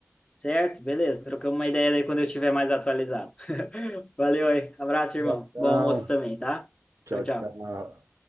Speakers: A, on the left; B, on the right.
A: Certo, beleza. Trocamos uma ideia daí quando eu tiver mais atualizado. <laughs> Valeu aí. Abraço, irmão.
B: Então,
A: Bom almoço também, tá?
B: tchau,
A: Tchau, tchau.
B: tchau.